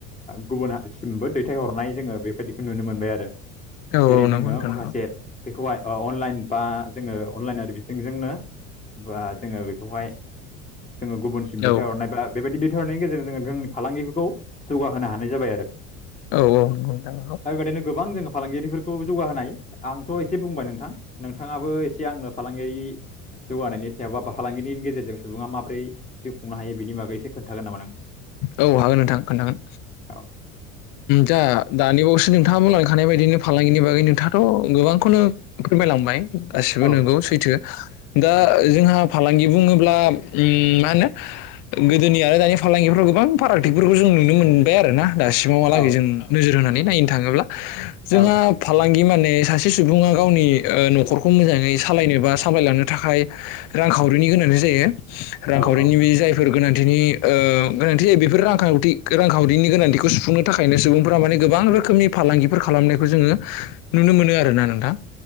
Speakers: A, on the left; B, on the left.
A: गुबुनसिमबो दैथायहरनाय जोङो बेबायदिखौ नुनो मोनबाय आरो।
B: औ।
A: जेरै
B: औ
A: जोङो
B: नंगौ नोंथां
A: माखासे
B: नंगौ
A: बेखौहाय अनलाइन बा जोङो अनलाइन आरो बिथिंजोंनो बा जोङो बेखौहाय जोङो गुबुनसिम
B: औ
A: दैथायहरनाय बा बेबायदि नायनि गेजेरजों जोङो जोंनि फालांगिफोरखौ जौगाहोनो हानाय जाबाय आरो।
B: औ औ नोंथां।
A: दा बेबायदिनो गोबां जोङो फालांगिरिफोरखौ जौगाहोनाय आंथ' एसे बुंबाय नोंथां नोंथां नोंथाङाबो एसे आंनो फालांगियारि- जौगानायनि सायाव बाबा फालांगिनि गेजेरजों सुबुङा माबोरै जिउ खुंनो हायो बेनि बागै एसे खोनथागोन नामा नों?
B: औ हागोन नोंथां खोन्थागोन
A: औ
B: दा दानिबावसो नोंथाङा बुंलांखानाय बायदिनो फालांगिनि बागै नोंथाङाथ' गोबांखौनो फोरमायलांबाय गासिबो
A: औ
B: नंगौ
A: नोंथां
B: सैथो दा
A: औ
B: जोंहा फालांगि बुङोब्ला मा होनो गोदोनि आरो दानि फालांगिफोरखौ गोबां फारागथिफोरखौ जों नुनो मोनबाय आरो ना दासिमावहालागै
A: औ
B: जों नोजोर होनानै नायनो थाङोब्ला जोंहा
A: औ नोंथां
B: फालांगि माने सासे सुबुङा गावनि न'खरखौ मोजाङै सालायनो बा सालायलांनो थाखाय रांखावरिनि गोनांथि जायो रांखावरिनि
A: औ औ
B: बे जायफोर गोनांथिनि गोनांथि जायो बेफोर रांखावरिनि गोनांथिखौ सुफुंनो थाखायनो सुबुंफोरा माने गोबां रोखोमनि फालांगिफोर खालामनायखौ जोङो नुनो मोनो आरोना नोंथां